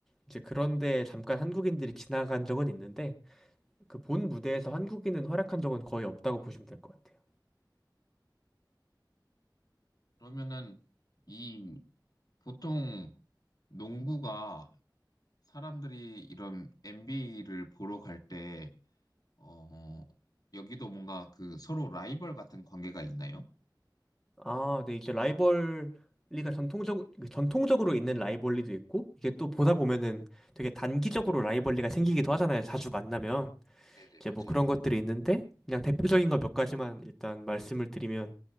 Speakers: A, in the centre; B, on the left.
A: 이제 그런데 잠깐 한국인들이 지나간 적은 있는데, 그 본 무대에서 한국인은 활약한 적은 거의 없다고 보시면 될 것 같아요.
B: 그러면은 이 보통 농구가 사람들이 이런 NBA를 보러 갈 때, 어, 여기도 뭔가 그 서로 라이벌 같은 관계가 있나요?
A: 아, 네, 이제 라이벌리가 전통적, 전통적으로 있는 라이벌리도 있고, 이게 또 보다 보면은 되게 단기적으로 라이벌리가 생기기도 하잖아요. 자주 만나면.
B: 네네,
A: 이제
B: 맞아요.
A: 뭐 그런 것들이 있는데, 그냥 대표적인 거 몇 가지만 일단 말씀을 드리면,